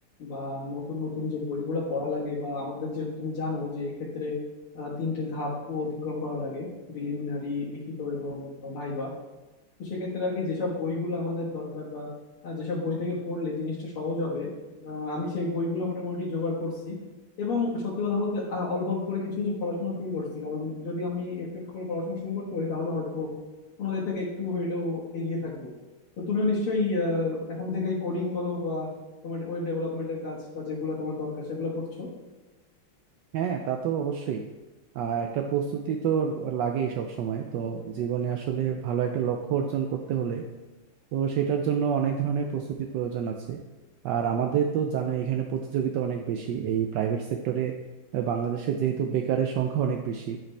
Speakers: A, on the left; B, on the right.
A: বা নতুন নতুন যে বইগুলো পড়া লাগে বা আমাদের যেহেতু তুমি জানো যে এক্ষেত্রে আহ, তিনটে ধাপ অতিক্রম করা লাগে প্রিলিমিনারি লিখিত এবং ভাইবা তো সেক্ষেত্রে আর কি যেসব বইগুলো আমাদের দরকার বা আহ, যেসব বই থেকে পড়লে জিনিসটা সহজ হবে আহ, আমি সেই বইগুলো মোটামুটি জোগাড় করছি এবং সত্যি কথা বলতে আহ, অল্প অল্প করে কিছু কিছু পড়াশোনা শুরু করছি কারণ যদি আমি একটু একটু করে পড়াশোনা শুরু করতে পারি তাহলে হয়তো অন্যদের থেকে একটু হইলেও এগিয়ে থাকবো তো তুমিও নিশ্চয়ই আহ, এখন থেকেই কোডিং বলো বা তোমার ওয়েব ডেভেলপমেন্টের কাজ বা যেগুলো তোমার দরকার সেগুলো করছো
B: হ্যাঁ তা তো অবশ্যই আহ, একটা প্রস্তুতি তো লাগেই সব সময় তো জীবনে আসলে ভালো একটা লক্ষ্য অর্জন করতে হলে তো সেটার জন্য অনেক ধরনের প্রস্তুতি প্রয়োজন আছে আর আমাদের তো জানো এখানে প্রতিযোগিতা অনেক বেশি এই প্রাইভেট সেক্টরে বাংলাদেশে যেহেতু বেকারের সংখ্যা অনেক বেশি